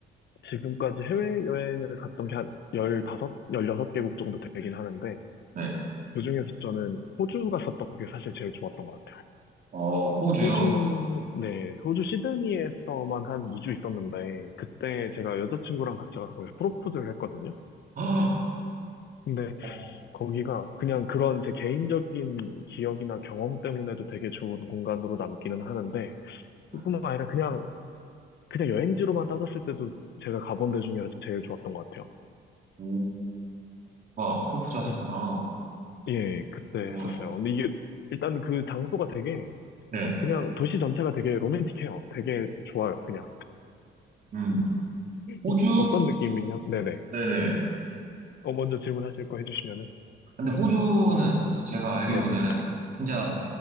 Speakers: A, on the left (about 60°); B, on the right (about 45°).
A: 지금까지 해외여행을 갔던 게한섯열 16개국 정도 되긴 하는데,
B: 네.
A: 그중에서 저는 호주 갔었던 게 사실 제일 좋았던 것 같아요.
B: 어, 호주요.
A: 호주, 네, 호주 시드니에서만 한 2주 있었는데, 그때 제가 여자친구랑 같이 가서 거기서 프로포즈를 했거든요.
B: 헉!
A: 근데
B: 어,
A: 거기가 그냥 그런 제 개인적인 기억이나 경험 때문에도 되게 좋은 공간으로 남기는 하는데,
B: 네.
A: 뿐만 아니라 그냥 그냥 여행지로만 따졌을 때도 제가 가본 데 중에 제일 좋았던 것 같아요.
B: 오, 아, 프로포즈 하셨구나.
A: 이- 예, 그때
B: 우와.
A: 했었어요. 근데 이게 일단 그 장소가 되게
B: 네.
A: 그냥 도시 전체가 되게 로맨틱해요. 되게 좋아요. 그냥
B: 음, 호주,
A: 이- 어떤 느낌이냐? 네네.
B: 네네.
A: 어, 먼저 질문하실 거 해주시면은
B: 근데 호주는 이제 제가 알기로는
A: 네네
B: 진짜